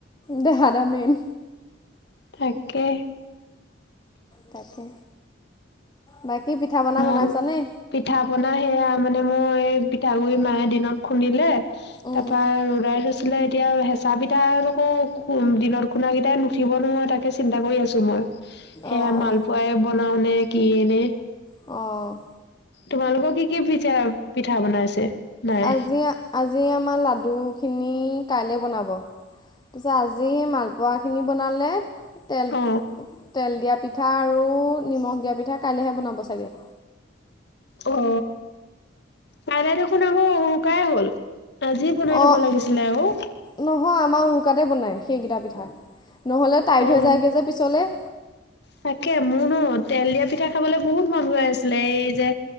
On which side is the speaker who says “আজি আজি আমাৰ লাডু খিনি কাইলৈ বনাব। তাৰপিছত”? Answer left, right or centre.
Left